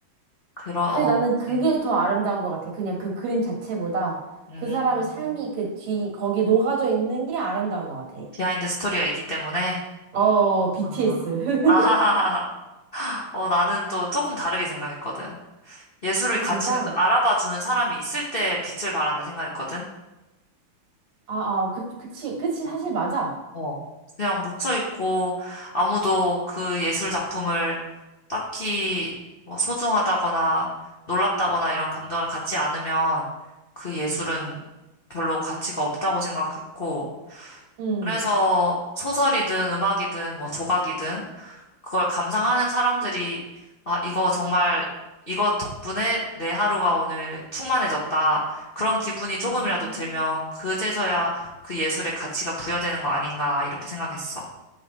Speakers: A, on the left; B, on the right.
A: 그러, 어,
B: 그 나는
A: 그치.
B: 그게 더 아름다운 것 같아. 그냥 그 그림 자체보다
A: 음,
B: 그 사람의 삶이 그 뒤, 거기 녹아져 있는 게 아름다운 것 같아.
A: 비하인드 스토리가 있기 때문에,
B: 어, BTS.
A: 아,
B: <laughs>
A: <laughs> 아하하하. 어, 나는 또 조금 다르게 생각했거든. 예술의
B: 아,
A: 가치는
B: 진짜?
A: 그 알아봐주는 사람이 있을 때 빛을 발한다 생각했거든.
B: 아, 아, 그, 그치, 그치,
A: 어,
B: 사실 맞아.
A: 어. 그냥 묻혀있고 아무도 그 예술 작품을 딱히 뭐 소중하다거나 놀랍다거나 이런 감정을 갖지 않으면 그 예술은 별로 가치가 없다고 생각했고
B: 응.
A: 그래서 소설이든 음악이든 뭐 조각이든 그걸 감상하는 사람들이 아, 이거 정말 이거 덕분에 내 하루가 오늘 충만해졌다. 그런 기분이 조금이라도
B: 아,
A: 들면 그제서야 그 예술의 가치가 부여되는 거 아닌가 이렇게 생각했어.